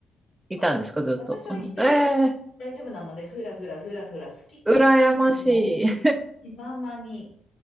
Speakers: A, on the right; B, on the left.
A: いたんですか、
B: そうです。
A: ずっと。
B: 私は一人大丈夫なので、
A: <laughs> うん、ええー
B: ふらふらふらふら好き勝手にも
A: 羨ましい。
B: う気ままに、